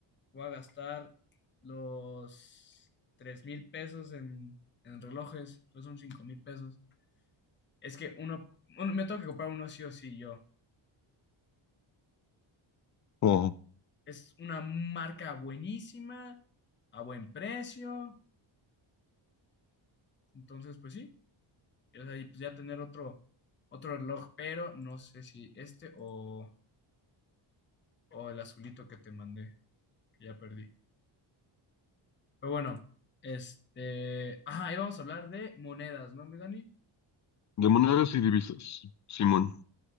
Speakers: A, on the left; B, on the left.
A: Voy a gastar los tres mil pesos en, en relojes. Entonces son cinco mil pesos. Es que uno, uno- me tengo que comprar uno sí o sí yo.
B: Oh.
A: Es una marca buenísima, a buen precio. Entonces, pues sí. O sea, y pues ya tener otro, otro reloj, pero no sé si este o. O el azulito que te mandé, que ya perdí. Pero bueno, este. Ah, ahí vamos a hablar de monedas, ¿no, mi Dani?
B: De monedas y divisas, Simón.